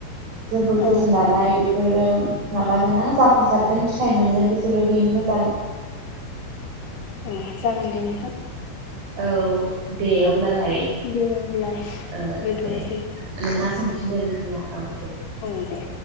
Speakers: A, on the right; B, on the left.
A: जोंखौ जोथोन
B: औ
A: लानाय बे फोरबो माबागोन ना जाफुंसारगोन फिथाइ मोनगोन बिसोरो बिनि मोजां।
B: औ जागोन दे नोंथां।
A: औ दे अब्लालाय
B: दे अब्ला
A: ओ
B: दोनथ'नोसै
A: दे नोंहा संफिनदो ओंख्रिया औ दे।
B: औ दे